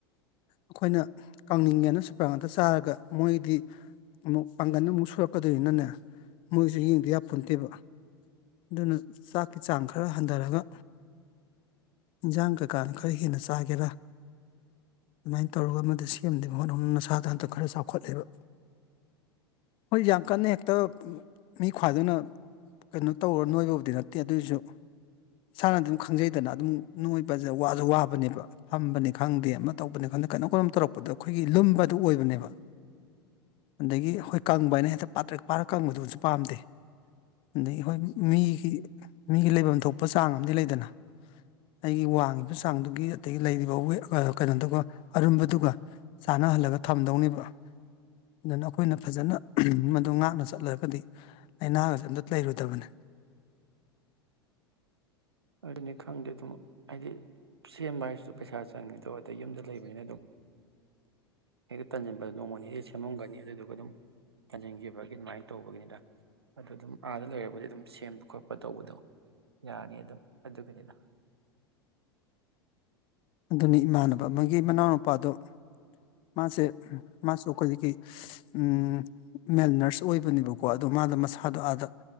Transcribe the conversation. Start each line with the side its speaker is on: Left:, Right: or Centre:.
Left: ꯑꯈꯣꯏꯅ ꯀꯪꯅꯤꯡꯒꯦꯅ ꯁꯨꯄꯔ ꯉꯥꯛꯇ ꯆꯥꯔꯒ ꯃꯣꯏꯗꯤ ꯑꯃꯨꯛ ꯄꯥꯡꯒꯟꯅ ꯑꯃꯨꯛ ꯁꯨꯔꯛꯀꯗꯣꯏꯅꯤꯅꯅꯦ ꯃꯣꯏꯁꯨ ꯌꯦꯡꯗ ꯌꯥꯄꯣꯟꯇꯦꯕ ꯑꯗꯨꯅ ꯆꯥꯛꯀꯤ ꯆꯥꯡ ꯈꯔ ꯍꯟꯊꯔꯒ ꯏꯟꯁꯥꯡ ꯀꯩ ꯀꯥꯅ ꯈꯔ ꯍꯦꯟꯅ ꯆꯥꯒꯦꯔ ꯑꯗꯨꯃꯥꯏꯅ ꯇꯧꯔꯒ ꯃꯗꯨ ꯁꯦꯝꯅꯕ ꯍꯣꯠꯅꯧ ꯅꯁꯥꯗꯣ ꯍꯟꯇꯛ ꯈꯔ ꯆꯥꯎꯈꯠꯂꯦꯕ ꯍꯣꯏ ꯌꯥꯝ ꯀꯟꯅ ꯍꯦꯛꯇ ꯃꯤ ꯈ꯭ꯋꯥꯗꯧꯅ ꯀꯩꯅꯣ ꯇꯧꯔ ꯅꯣꯏꯕꯕꯨꯗꯤ ꯅꯠꯇꯦ ꯑꯗꯨꯏꯁꯨ ꯏꯁꯥꯅꯗꯤ ꯑꯗꯨꯝ ꯈꯪꯖꯩꯗꯅ ꯑꯗꯨꯝ ꯅꯣꯏꯕ ꯋꯥꯁꯨ ꯋꯥꯕꯅꯦꯕ ꯐꯝꯕꯅꯤ ꯈꯪꯗꯦ ꯑꯃ ꯇꯧꯕꯅꯤ ꯈꯪꯗꯦ ꯀꯩꯅꯣ ꯀꯩꯅꯣꯝ ꯇꯧꯔꯛꯄꯗ ꯑꯈꯣꯏꯒꯤ ꯂꯨꯝꯕ ꯑꯗꯨ ꯑꯣꯏꯕꯅꯦꯕ
Right: <inaudible>
Left: ꯑꯗꯒꯤ ꯑꯈꯣꯏ ꯀꯪꯕ ꯍꯥꯏꯅ ꯍꯦꯛꯇ ꯄꯥꯠꯇ꯭ꯔ ꯄꯥꯔ ꯀꯪꯕꯗꯨꯕꯁꯨ ꯄꯥꯝꯗꯦ ꯑꯗꯒꯤ ꯍꯣꯏ ꯃꯤꯒꯤ ꯃꯤꯒꯤ ꯂꯩꯐꯝ ꯊꯣꯛꯄ ꯆꯥꯡ ꯑꯃꯗꯤ ꯂꯩꯗꯅ ꯑꯩꯒꯤ ꯋꯥꯡꯉꯤꯕ ꯆꯥꯡꯗꯨꯒꯤ ꯑꯗꯒꯤ ꯂꯩꯔꯤꯕꯋ ꯀꯩꯅꯣꯗꯨꯒ ꯑꯔꯨꯝꯕꯗꯨꯒ ꯆꯥꯟꯅꯍꯜꯂꯒ ꯊꯝꯗꯧꯅꯦꯕ ꯑꯗꯨꯅ ꯑꯈꯣꯏꯅ ꯐꯖꯅ ꯃꯗꯨ ꯉꯥꯛꯅ ꯆꯠꯂꯒꯗꯤ ꯂꯥꯏꯅꯥꯒꯁꯦ ꯑꯝꯇ ꯂꯩꯔꯣꯏꯗꯕꯅꯤ
Right: <inaudible> ꯑꯗꯨꯅꯤ ꯈꯪꯗꯦ ꯑꯗꯨꯝ ꯍꯥꯏꯗꯤ ꯁꯦꯝꯕ ꯍꯥꯏꯁꯤꯁꯨ ꯄꯩꯁꯥ ꯆꯪꯉꯤꯗꯣ ꯑꯗ ꯌꯨꯝꯗ ꯂꯩꯕꯅꯤꯅ ꯑꯗꯨꯝ ꯑꯩꯇꯗꯤ ꯇꯟꯁꯤꯟꯕꯗ ꯅꯣꯡꯃꯅꯤꯅꯤ ꯁꯦꯝꯃꯝꯒꯅꯤ ꯑꯗꯨꯗꯨꯒ ꯑꯗꯨꯝ ꯊꯟꯖꯤꯟꯈꯤꯕꯒꯤ ꯑꯗꯨꯃꯥꯏꯅ ꯇꯧꯕꯒꯤꯅꯤꯗ ꯑꯗꯨ ꯑꯗꯨꯝ ꯑꯥꯗ ꯂꯩꯔꯕꯨꯗꯤ ꯑꯗꯨꯝ ꯁꯦꯝꯕ ꯈꯣꯠꯄ ꯇꯧꯕꯗꯣ ꯌꯥꯅꯤ ꯑꯗꯨꯝ ꯑꯗꯨꯒꯅꯤꯅ
Left: ꯑꯗꯨꯅꯤ ꯏꯃꯥꯟꯅꯕ ꯑꯃꯒꯤ ꯃꯅꯥꯎꯅꯨꯄꯥꯗꯣ ꯃꯥꯁꯦ ꯃꯥꯁꯨ ꯑꯩꯈꯣꯏꯒꯤ ꯀꯩ ꯎꯝ ꯃꯜ ꯅꯔꯁ ꯑꯣꯏꯕꯅꯦꯕꯀꯣ ꯑꯗꯨꯝ ꯃꯥꯗꯣ ꯃꯁꯥꯗꯣ ꯑꯥꯗ